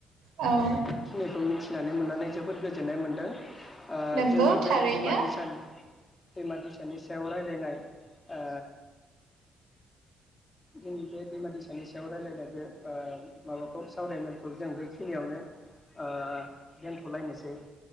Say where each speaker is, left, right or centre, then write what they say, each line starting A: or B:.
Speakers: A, on the right; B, on the left.
A: औ ।
B: खिनिखौ मिथिनानै मोननानै जोबोद गोजोननाय मोन्दों । ओ
A: नंगौ
B: जोंनि बे
A: थारैनो
B: दैमा दैसा दैमा दैसानि सायाव रायलायनाय ओ जोंनि बे दैमा-दैसानि सायाव रायलायनायदो ओ माबाखौ सावरायमेलखौ जों बेखिनियावनो ओ दोनथ'लायनोसै ।